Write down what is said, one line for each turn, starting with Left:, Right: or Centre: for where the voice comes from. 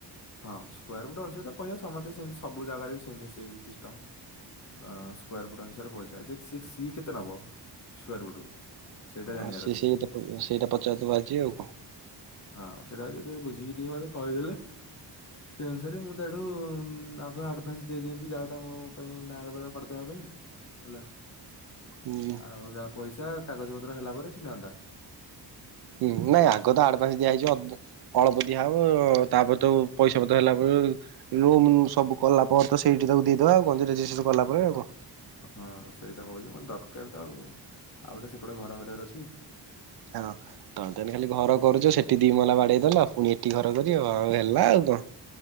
Left: ହଁ ସ୍କୋୟାର ଫୁଟ୍ ଅନୁସାରେ ତ ପଇସା ସମସ୍ତେ ସେମିତି ସବୁ ଜାଗାରେ ବି ସେମତି ସେଇ ସିଷ୍ଟମ। ଅଁ ସ୍କୋୟାର ଫୁଟ ଅନୁସାରେ ପଇସା ଯେ, ସେ ସେ କେତେ ନେବ ସ୍କୋୟାର ଫୁଟକୁ? ସେଇଟା ଜାଣିବାର
Right: ଅଁ ସେ
Left: ଅଛି।
Right: ସେଇଟା ପ ସେଇଟା ପଚାରିଦବ ଆଜି ଆଉ କଣ?
Left: ହଁ ସେଇଟା ଟିକେ ବୁଝିକି ଟିକେ ମତେ କହିଦେଲେ ସେଇ ଅନୁସାରେ ମୁଁ ତା ସେଠୁ ଆଗ ଆଡଭାନ୍ସ ଦେଇଦିଅନ୍ତି ଜାଗାଟା ମୋ ପାଇଁ ନାଁଆରେ ପରା କରିଦବା ପାଇଁ। ହେଲା,
Right: ହୁଁ
Left: ଆଉ ଯାହା ପଇସା କାଗଜ ପତ୍ର ହେଲା ପରେ ସେ ନିଅନ୍ତା।
Right: ହୁଁ, ନା ଆଗ ତ ଆଡଭାନ୍ସ ଦିଆ ହେଇଯିବ ଅ ଅଳପ ଦିଆହବ ତାପରେ ତ
Left: ହଁ
Right: ପଇସା ପତ୍ର ହେଲା ଉଁ-ଉଁ-ଉଁ ମୁଁ ସବୁ କଲା ପରେ ତ ସେଇଠି ତାକୁ ଦେଇଦେବା ଆଉ କଣ ଯେ ରେଜିଷ୍ଟ୍ରେସନ କଲା ପରେ
Left: ହଁ
Right: ଆଉ
Left: ହଁ।
Right: କଣ
Left: ହଁ ସେଇକଥା କହୁଛି ମତେ ଦରକାର ତ ଆଉ, ଆଉ ଗୋଟେ ସେପଟେ ଘର କରିବାର ଅଛି।
Right: <unintelligible> ତମେ ତ ଏଇନେ ଖାଲି ଘର କରୁଛ ସେଠି ଦି ମହଲା ବାଡେଇଦେଲ ପୁଣି ଏଠି ଘର କରିବ ଆଉ ହେଲା ଆଉ କଣ।